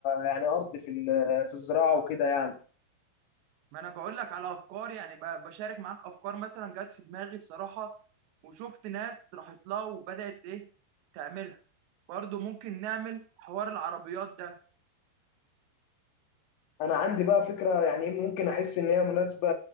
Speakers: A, on the left (about 75°); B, on the right (about 75°).
A: يعني ارض في ال- في الزراعة وكده يعني
B: ما انا بقول لك على افكار يعني ب- بشارك معاك افكار مثلا جت في دماغي الصراحه وشفت ناس راحت لها وبدات ايه تعملها برضو ممكن نعمل حوار العربيات ده
A: انا عندي بقى فكرة يعني إيه ممكن احس ان هي مناسبة